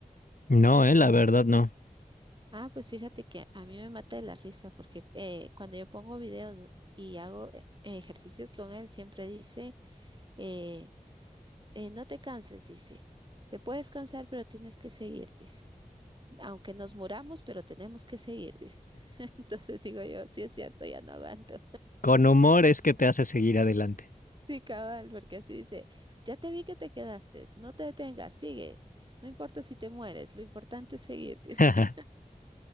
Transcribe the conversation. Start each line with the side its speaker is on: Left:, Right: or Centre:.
Left: No, eh, la verdad no.
Right: Ah, pues fíjate que a mí me mata de la risa porque eh, cuando yo pongo videos y hago eh, ejercicios con él, siempre dice, eh, eh, no te canses, dice, te puedes cansar, pero tienes que seguir, dice, aunque nos muramos, pero tenemos que seguir, dice. <laughs> Entonces digo yo, sí es cierto, ya no aguanto.
Left: Con humor es que te hace seguir adelante.
Right: Sí, cabal, porque así dice, ya te vi que te quedaste, no te detengas, sigue, no importa si te mueres, lo importante es seguir. <laughs>
Left: <laughs>